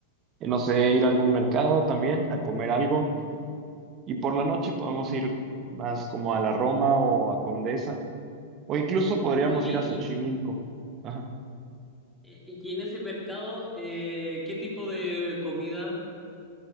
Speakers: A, on the right; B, in the centre.
A: eh, no sé, ir a algún mercado también, a comer algo.
B: Ujú.
A: y por la noche podemos ir más como a la Roma o a Condesa, o incluso podríamos
B: Oye,
A: ir a Xochimilco.
B: y,
A: Ajá.
B: eh, y en ese mercado, eh, ¿qué tipo de comida